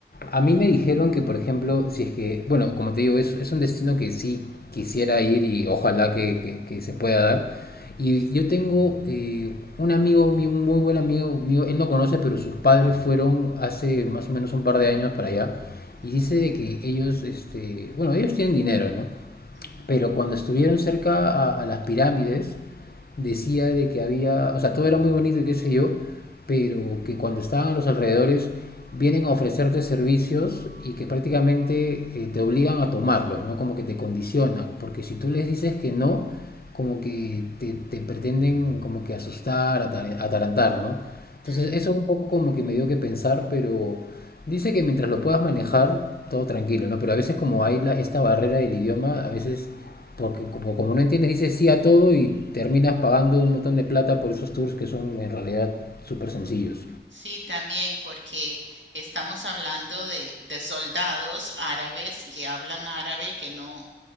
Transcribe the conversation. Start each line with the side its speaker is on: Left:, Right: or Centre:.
Left: A mí me dijeron que, por ejemplo, si es que, bueno, como te digo, es, es un destino que sí quisiera ir y ojalá que, que- que se pueda dar. Y
Right: Ujú,
Left: yo tengo eh, un amigo, mío, un muy buen amigo mío, él no conoce, pero sus padres fueron hace más o menos un par de años para allá.
Right: ujú,
Left: Y dice de que ellos, este, bueno, ellos tienen dinero, ¿no?
Right: ujú,
Left: pero cuando estuvieron cerca a, a las pirámides, decía de que había, o sea, todo era muy bonito y qué sé yo, pero que cuando estaban a los alrededores vienen a ofrecerte servicios y que prácticamente eh, te obligan a tomarlos, ¿no? Como que te condicionan, porque si tú les dices que no, como que te, te pretenden como que asustar, atar- atarantar, ¿no? Entonces
Right: ujú.
Left: eso un poco como que me dio que pensar, pero Dice que mientras lo puedas manejar, todo tranquilo, ¿no? Pero a veces como hay la- esta barrera del idioma, a veces, porque como, como no entiendes, dices sí a todo y terminas pagando un montón de plata por esos tours que son en realidad súper sencillos.
Right: Sí, también porque estamos hablando de, de soldados árabes que hablan árabe, que no,